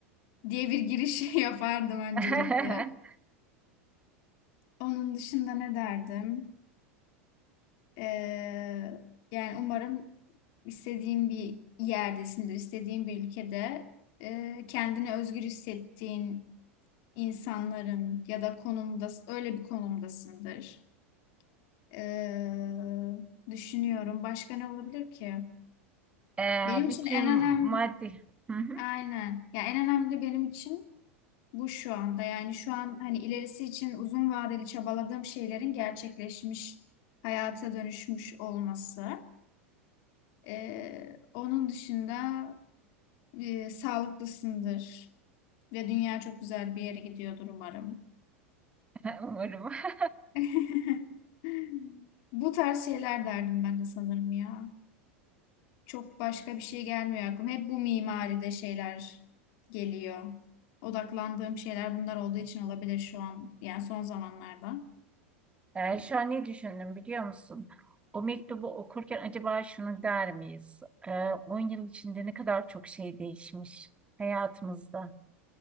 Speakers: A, on the left; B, on the right.
A: diye bir giriş <laughs> yapardım öncelikle.
B: <laughs>
A: Onun dışında ne derdim? Ee, yani umarım istediğin bir yerdesindir, istediğin bir ülkede e, kendini özgür hissettiğin insanların ya da konumda öyle bir konumdasındır. Ee, düşünüyorum. Başka ne olabilir ki?
B: E,
A: Benim için
B: bütün
A: en önemli
B: maddi <laughs> Hı hı,
A: aynen. Ya en önemli benim için bu şu anda. Yani şu an hani ilerisi için uzun vadeli çabaladığım şeylerin gerçekleşmiş hayata dönüşmüş olması. Ee, onun dışında e, sağlıklısındır ve dünya çok güzel bir yere gidiyordur umarım.
B: <laughs>
A: <laughs> Bu tarz şeyler derdim ben de sanırım ya. Çok başka bir şey gelmiyor aklıma. Hep bu mimaride şeyler geliyor. Odaklandığım şeyler bunlar olduğu için olabilir şu an. Yani son zamanlarda.
B: Ee, şu an ne düşündüm biliyor musun? O mektubu okurken acaba şunu der miyiz? Ee, 10 yıl içinde ne kadar çok şey değişmiş hayatımızda.